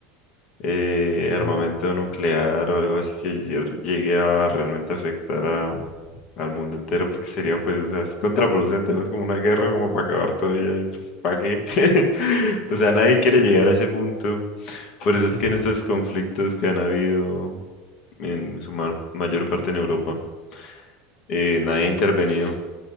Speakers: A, on the left; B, on the left.
A: eh, armamento
B: Claro,
A: nuclear o algo así que lle- llegue a realmente afectar a- al mundo entero, porque sería pues, o sea, es contraproducente, ¿no? Es como una guerra como para acabar todo y ya, y pues, ¿para qué? <laughs> O sea, nadie quiere llegar a ese punto. Por eso
B: sí,
A: es
B: es
A: que
B: real.
A: en estos conflictos que han habido en su mar- mayor parte en Europa, eh, nadie ha intervenido.